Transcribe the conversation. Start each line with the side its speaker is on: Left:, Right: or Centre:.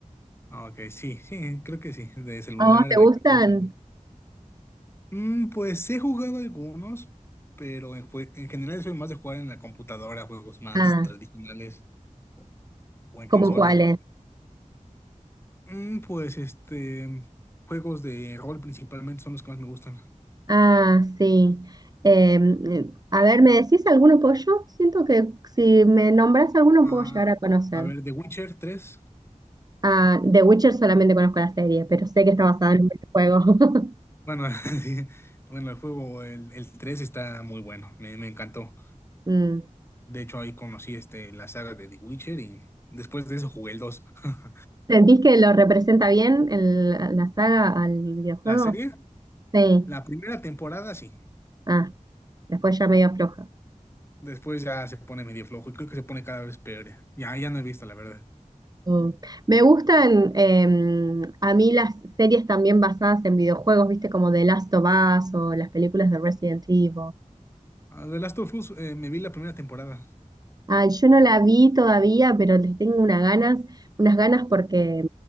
Left: Ok, sí, sí, creo que sí, de celular
Right: ¿A vos te
Left: a de
Right: gustan?
Left: qué cosa, ¿no? Mm, pues he jugado algunos, pero en, jue- en general soy más de jugar en la computadora, juegos más
Right: Ah,
Left: tradicionales o, o en
Right: ¿como
Left: consola.
Right: cuáles?
Left: Mm, Pues este, juegos de rol principalmente son los que más me gustan.
Right: Ah, sí. Em, Eh, a ver, ¿me decís alguno? Pues yo siento que si me nombrás alguno
Left: Ah,
Right: puedo llegar a conocer.
Left: a ver, The Witcher tres,
Right: Ah, The Witcher solamente conozco la serie, pero sé que está basada en un videojuego. <laughs>
Left: Bueno, <laughs> sí, bueno, el juego, el, el 3 está muy bueno, me, me encantó.
Right: Mm.
Left: De hecho, ahí conocí este, la saga de The Witcher y después de eso jugué el 2. <laughs>
Right: ¿Sentís que lo representa bien el- la saga al videojuego?
Left: La serie,
Right: Sí.
Left: la primera temporada sí,
Right: Ah, después ya medio floja.
Left: después ya se pone medio flojo y creo que se pone cada vez peor. Ya, ya ya no he visto, la verdad.
Right: Mm. Me gustan em, a mí las series también basadas en videojuegos, viste, como The Last of Us o las películas de Resident Evil.
Left: Ah, The Last of Us, eh, me vi la primera temporada.
Right: Ah, yo no la vi todavía, pero les tengo unas ganas, unas ganas porque